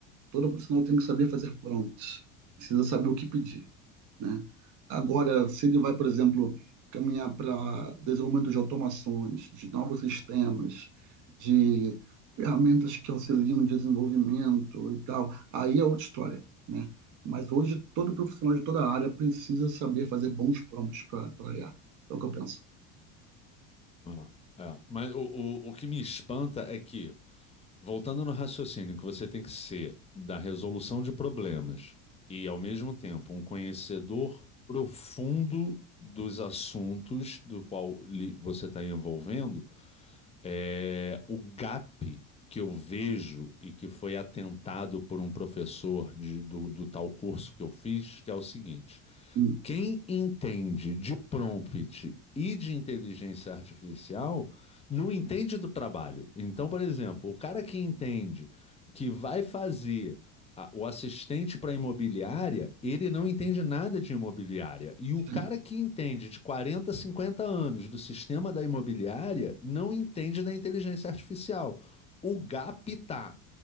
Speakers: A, on the right; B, on the left.
A: Todo profissional tem que saber fazer prompts. Precisa saber o que pedir. né? Agora, se ele vai, por exemplo, caminhar para desenvolvimento de automações, de novos sistemas, de ferramentas que auxiliam o desenvolvimento e tal, aí é outra história, né? Mas hoje todo profissional de toda a área precisa saber fazer bons prompts para IA. É o que eu penso.
B: Ah, é. Mas o, o, o que me espanta é que Voltando no raciocínio que você tem que ser da resolução de problemas e, ao mesmo tempo, um conhecedor profundo dos assuntos do qual li- você está envolvendo, é o gap que eu vejo e que foi atentado por um professor de- do, do tal curso que eu fiz, que é o seguinte:
A: Hum,
B: quem entende de prompt e de inteligência artificial não entende do trabalho. Então, por exemplo, o cara que entende que vai fazer a- o assistente para imobiliária, ele não entende nada de imobiliária. E o cara
A: sim.
B: que entende de 40, 50 anos do sistema da imobiliária não entende da inteligência artificial. O gap tá.